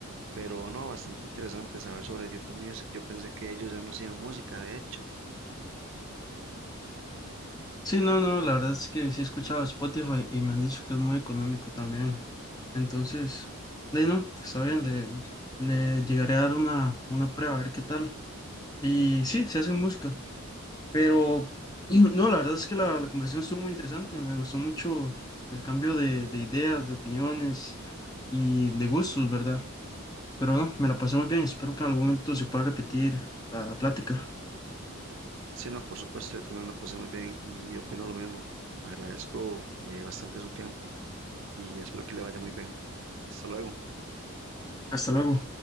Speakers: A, on the right; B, on the left.
A: Pero no, bastante interesante saber sobre YouTube Music. Yo pensé que ellos ya no hacían música, de hecho.
B: Sí, no, no, la verdad es que sí he escuchado Spotify y me han dicho que es muy económico también. Entonces, de ahí no, está bien, le, le llegaré a dar una, una prueba a ver qué tal. Y sí, se hace música. Pero <clears throat> y no, la verdad es que la, la conversación estuvo muy interesante. Me gustó mucho el cambio de, de ideas, de opiniones y de gustos, ¿verdad? Pero no, me la pasé muy bien. Espero que en algún momento se pueda repetir la plática.
A: Sí, no, por supuesto, yo también lo pasé muy bien y opino lo mismo. Agradezco eh, bastante su tiempo y espero que le vaya muy bien. Hasta luego.
B: Hasta luego.